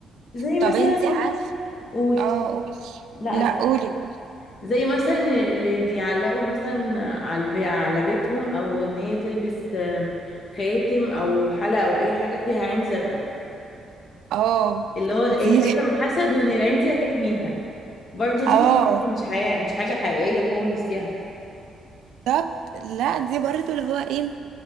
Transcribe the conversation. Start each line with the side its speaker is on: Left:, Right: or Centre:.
Left: زي مثلا
Right: طب انت عارف
Left: قولي
Right: اه قولي
Left: لا
Right: لا
Left: أسف.
Right: قولي قولي
Left: زي مثلا اللي بيعلقوا مثلا على على بيتهم او ان هي تلبس آه، خاتم او حلقه او اي حاجه فيها عين زرقاء
Right: اه
Left: اللي هو هي
Right: دي
Left: خايفة من الحسد وان العين دي هتحميها برضو
Right: <laughs>
Left: دي
Right: اه
Left: خرافة مش حقيقة مش حاجة حقيقية خالص يعني
Right: بالظبط لا دي برضه اللي هو ايه